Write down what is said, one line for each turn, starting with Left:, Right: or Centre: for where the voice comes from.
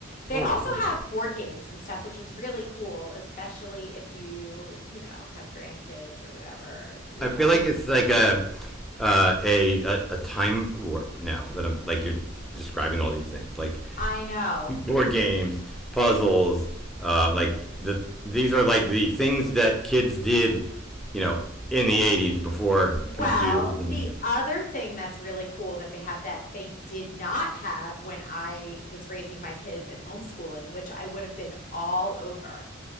Left: They
Centre: Holy
Left: also
Centre: cow.
Left: have board games and stuff, which is really cool, especially if you, you know, have grandkids or whatever, you
Centre: I
Left: know,
Centre: feel like
Left: if you
Centre: it's
Left: have
Centre: like
Left: people coming
Centre: a
Left: over.
Centre: uh, a, a a time warp now that I'm like you're describing all these things like
Left: I know.
Centre: board games, puzzles, um, like the these are like the things that kids did, you know, in the '80s before
Left: Well,
Centre: computers and.
Left: the other thing that's really cool that they have that they did not have when I was raising my kids and homeschooling, which I would have been all over,